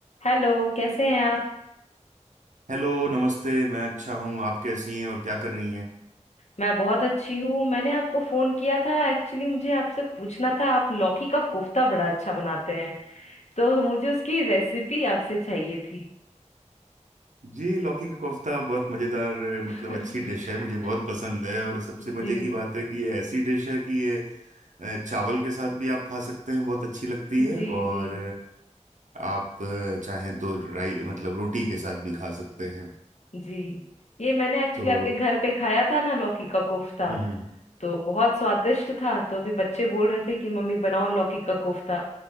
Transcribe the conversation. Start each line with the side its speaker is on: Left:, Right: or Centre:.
Left: हेलो कैसे हैं आप
Right: Hello नमस्ते मैं अच्छा हूँ आप कैसी हैं और क्या कर रही हैं
Left: मैं बहुत अच्छी हूँ मैंने आपको फोन किया था एक्चुअली मुझे आपसे पूछना था आप लौकी का कोफ्ता बड़ा अच्छा बनाते हैं तो मुझे उसकी रेसिपी आपसे चाहिए थी
Right: जी लौकी का कोफ्ता बहुत मज़ेदार मतलब
Left: <laughs>
Right: अच्छी डिश है मुझे बहुत पसंद है और सबसे मज़े
Left: जी
Right: की बात है कि ये ऐसी डिश है कि ये अ, चावल के साथ भी आप खा सकते हैं बहुत अच्छी लगती है
Left: जी
Right: और
Left: जी
Right: आप अ, चाहें तो राई मतलब रोटी के साथ भी खा सकते हैं
Left: जी ये मैंने एक्चुअली
Right: तो
Left: आपके घर पे खाया था ना लौकी का कोफ्ता
Right: हम्म
Left: तो बहुत स्वादिष्ट था तो अभी बच्चे बोल रहे थे कि मम्मी बनाओ लौकी का कोफ्ता